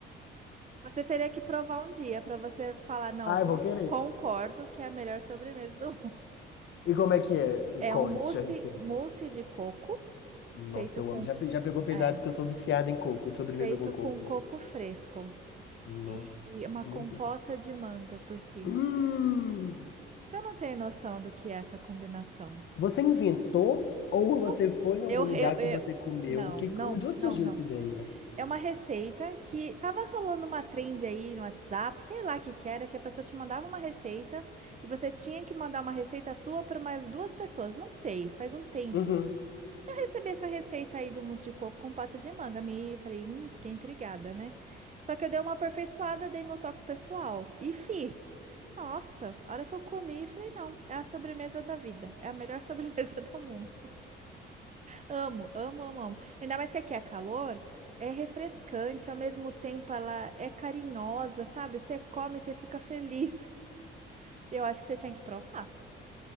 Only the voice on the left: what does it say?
Ah,
eu vou querer.
E como é que é? Me
conte
a receita.
Nossa,
eu
amo. Já, pe- já pegou pesado
porque eu sou viciado em coco, de sobremesa
com coco.
Nossa,
mousse
de coco.
Hum.
Você inventou ou você
foi em algum
lugar
que você comeu?
Que,
de onde
surgiu
essa ideia?
Uhum.